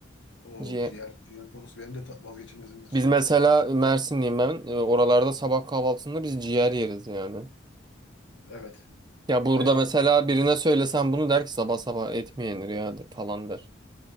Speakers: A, on the left; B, on the right.
A: O
B: Ciğer.
A: ciğer ciğer konusu benim de ta- vazgeçilmezimdir.
B: Biz mesela Mersinliyim ben. E, Oralarda sabah kahvaltısında biz ciğer yeriz yani.
A: Evet
B: Ya burada
A: ve a-
B: mesela birine söylesen bunu der ki sabah sabah et mi yenir ya de- falan der.